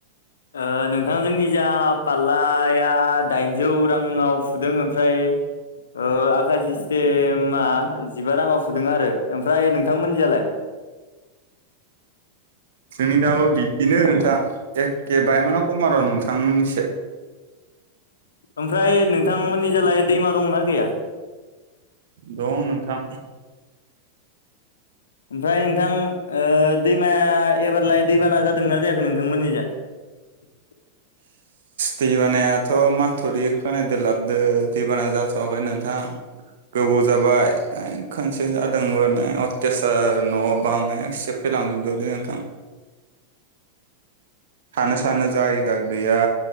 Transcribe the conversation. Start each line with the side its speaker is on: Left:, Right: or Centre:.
Left: ओ नोंथां जोंनि जा फाल्लाया दाइनजौ राङाव फुदों ओमफ्राय औ आखासि सस्टेमा जिबा राङाव फुदों आरो ओमफ्राय नोंथांमोननिजालाय?
Right: जोंनि दाबो बिदिनो नोंथां एखे बायमाना खम नोंथांमोननिसे।
Left: ओमफ्राय नोंथांमोननि जालाय दैमा दंना गैया?
Right: दं नोंथां
Left: ओमफ्राय नोंथां ओ दैमाया एबारलाय दैबाना जादोंना जायाखै नोंथांमोननि जा? <inaudible>
Right: दैबानायाथ' माथुरि खोनायदो लाबदो दैबाना जाथ'वाखै नोंथां। गोबाव जाबाय ए खनसे जादोंमोन अथेयाचार न' बां एकसेब फोखार लांजोबदोलै नोंथां। थानो सानो जायगा गैया